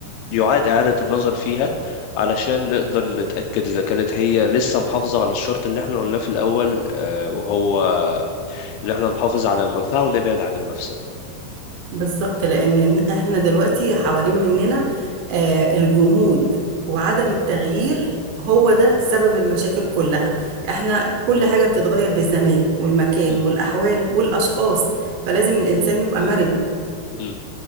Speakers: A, on the left (about 85°); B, on the right (about 75°).
A: يعاد اعادة النظر فيها علشان نقدر نتأكد اذا كانت هي لسه محافظة على الشرط اللي احنا قلناه في الاول آه، وهو ان احنا نحافظ على المنفعة ونبعد عن المفسدة
B: بالظبط لان احنا دلوقتي حوالين مننا آه، الجمود وعدم التغيير هو ده سبب المشاكل كلها احنا كل
A: م-
B: حاجة بتتغير بالزمان والمكان
A: م.
B: والأحوال والأشخاص فلازم الإنسان يبقى مرن
A: مم.